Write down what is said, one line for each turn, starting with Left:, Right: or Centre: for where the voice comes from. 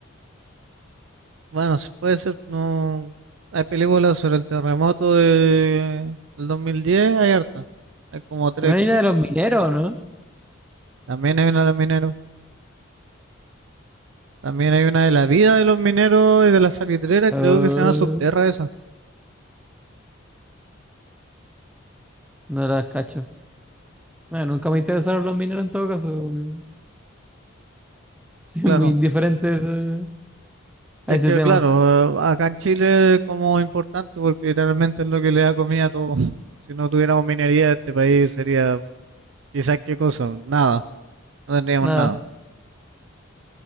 Right: Bueno, sí puede ser, no. Hay películas sobre el terremoto de, del 2010, hay harta. Hay como tres,
Centre: También hay
Right: creo.
Centre: una de los mineros, ¿no?
Right: También hay una de los mineros. También hay una de la vida de los mineros y de la salitrera,
Centre: Ah,
Right: creo que se llama Subterra esa.
Centre: no las cacho. Bueno, nunca me interesaron los mineros en todo caso. como que <laughs> Soy
Right: Claro.
Centre: muy indiferente a ese,
Right: Es
Centre: a ese
Right: que,
Centre: tema.
Right: claro, eh, acá en Chile como importante porque literalmente es lo que le da comida a todo. <laughs> Si no tuviéramos minería, este país sería quizás qué cosa, nada, no tendríamos
Centre: Nada.
Right: nada.